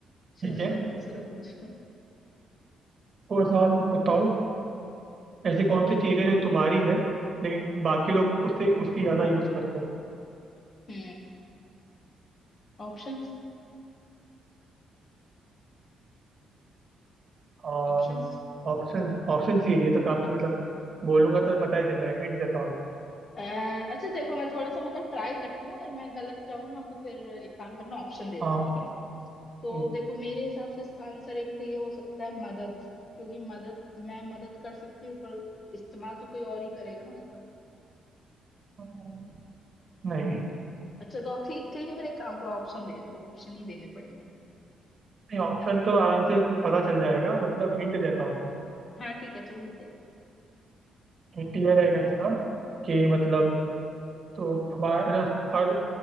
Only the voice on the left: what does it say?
चलो
दूसरा पूछो
हम्म Options
options
अ, अच्छा देखो मैं थोड़ा सा मतलब ट्राई करती हूँ अगर मैं गलत जाऊँ ना तो फिर एक काम करना ऑप्शन दे देना
ठीक है तो
देखो
मेरे हिसाब से इसका आंसर एक तो ये हो सकता है मदद क्योंकि मदद मैं मदद कर सकती हूँ पर इस्तेमाल तो कोई और ही करेगा ना उसका
अच्छा तो ठीक ठीक है फिर एक काम करो ऑप्शन दे दो ऑप्शन ही देने पड़ेंगे
हाँ ठीक है चलो hint दे दो